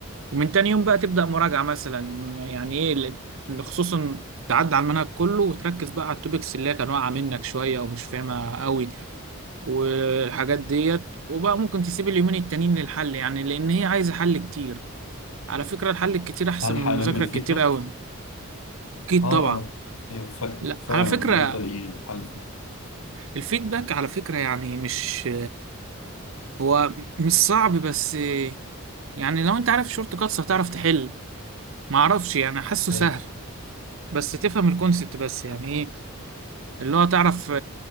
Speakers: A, on the right; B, on the left.
A: ومن تاني يوم بقى تبدأ مراجعة مثلا يعني ايه اللي اللي خصوصا تعدي على المنهج كله وتركز بقى على التوبكس اللي هي كان واقعة منك شوية ومش فاهمها قوي والحاجات ديت وبقى ممكن تسيب اليومين التانيين للحل يعني لأن هي عايزة حل كتير على فكرة الحل الكتير أحسن
B: هلحق
A: من المذاكرة
B: ألم الفيدباك؟
A: الكتير قوي أكيد
B: آه
A: طبعا
B: آه أيوة ف-
A: لا
B: فعلا
A: على فكرة
B: المادة دي حل
A: الفيدباك على فكرة يعني مش هو مش صعب بس يعني لو انت عارف شورت كاتس هتعرف تحل معرفش يعني حاسه سهل
B: أيوة
A: بس تفهم الكونسبت بس يعني إيه؟ اللي هو تعرف